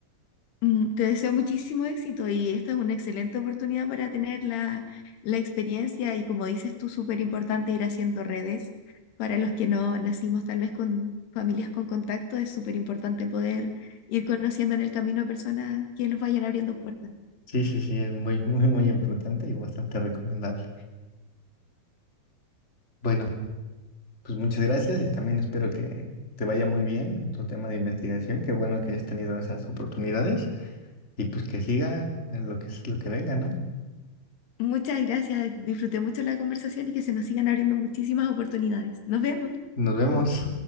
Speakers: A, on the left; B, on the left.
A: Mm, Te deseo muchísimo éxito y esta es una excelente oportunidad para tener la, la experiencia y como dices tú, súper importante ir haciendo redes. Para los que no nacimos tal vez con familias con contacto, es súper importante poder ir conociendo en el camino a personas que nos vayan abriendo puertas.
B: Sí, sí, sí, es muy, <laughs> muy, muy importante y bastante recomendable. Bueno. Pues muchas gracias y también espero que te vaya muy bien con tu tema de investigación. Qué bueno que hayas tenido esas oportunidades y pues que siga eh, lo que, lo que venga, ¿no?
A: Muchas gracias, disfruté mucho la conversación y que se nos sigan abriendo muchísimas oportunidades. Nos vemos.
B: Nos vemos.